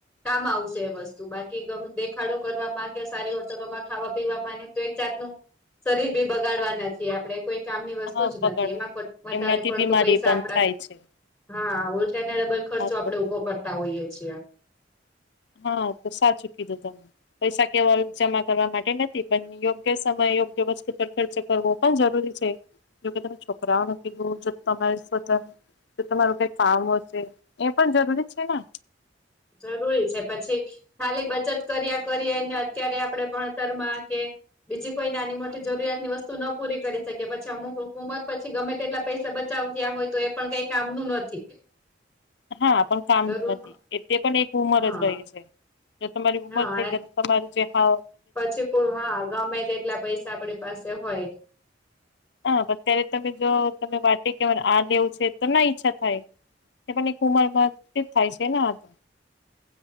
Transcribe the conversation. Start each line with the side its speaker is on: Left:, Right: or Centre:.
Centre: કામ આવશે એ વસ્તુ બાકી ગમે દેખાડો કરવામાં કે સારી હોટલોમાં ખાવા પીવામાં તો એક જાતનું શરીર બી બગાડવાના છીએ આપણે કોઈ કામની વસ્તુ
Left: હા
Centre: જ
Left: બગાડવાનો
Centre: નથી એમાં વધારે
Left: એમનાથી
Centre: પડતું
Left: બીમારી
Centre: પૈસા
Left: પણ
Centre: આપડા
Left: થાય છે
Centre: હા ઉલટાને ડબલ ખર્ચો
Left: આ
Centre: આપણેે
Left: તો
Centre: ઉભો કરતા હોઈએ છીએ.
Left: હા તો સાચું કીધું તમે પૈસા કેવલ જમા કરવા માટે નથી પણ યોગ્ય સમય યોગ્ય વસ્તુ પર ખર્ચો કરવો પણ જરૂરી છે જોકે તમે છોકરાઓ કીધો જો તમારે જો તમારું કઈ કામ હશે એ પણ જરૂરી છે ને
Centre: જરૂરી છે પછી ખાલી બચત કર્યા કરીએ અને અત્યારે આપડે ભણતર માં કે બીજી કોઈ નાની મોટી જરૂરિયાત ની વસ્તુ ન પૂરી કરી શકે પછી અમુક ઉંમર પછી ગમે તેટલા પૈસા બચાવિયા હોય તો એ પણ કંઈ કામનું નથી
Left: <inaudible> હા પણ કામ
Centre: જરૂર
Left: નથી એ તે પણ એક ઉંમર
Centre: હા
Left: જ રહી છે જો તમારી ઉમર
Centre: હા
Left: થઈ જ તમારે જેમાં
Centre: પછી હા ગમે તે એટલા પૈસા આપડી પાસે હોય
Left: હા અત્યારે તમે જો તને વાટે કેરે આ લેવું છે તો નઈ ઈચ્છા થાય. પણ એક ઉમરમાં થાય છે ને આ તો